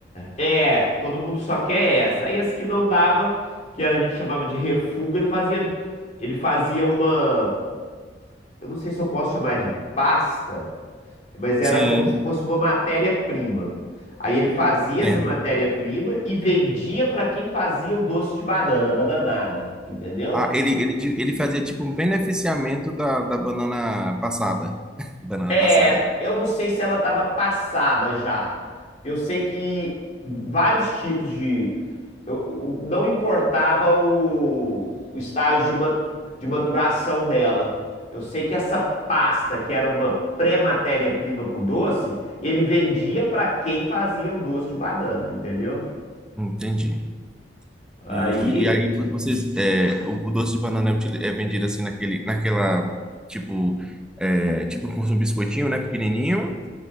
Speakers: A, on the left; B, in the centre.
A: É, todo mundo só quer essa. Aí as que não dava, que era, a gente chamava de refugo, ele fazia, ele fazia uma, eu não sei se eu posso chamar de pasta, Mas era
B: Sim,
A: como se fosse uma matéria-prima. Aí ele fazia
B: entendo.
A: essa matéria-prima e vendia para quem fazia o doce de banana, a bananada, entendeu?
B: Ah, ele, ele, di- ele fazia tipo um beneficiamento da, da banana passada. <laughs> Banana
A: É,
B: passada.
A: eu não sei se ela estava passada já. Eu sei que vários tipos de. eu- o- não importava o, o estágio de, ma- de maturação dela. Eu sei que essa pasta, que era uma pré-matéria-prima para o doce, ele vendia para quem fazia o doce de banana, entendeu?
B: é. Entendi.
A: Aí,
B: E, e aí vocês, é, o, o doce de banana é, utili- é vendido assim naquele, naquela, tipo, é, tipo como se fosse um biscoitinho, né? Pequenininho.